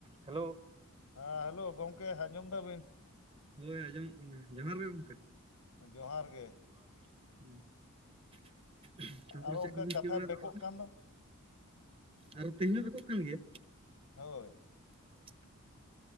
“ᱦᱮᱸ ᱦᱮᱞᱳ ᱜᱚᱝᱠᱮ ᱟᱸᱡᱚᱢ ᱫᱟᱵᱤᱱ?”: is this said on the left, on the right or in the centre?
Left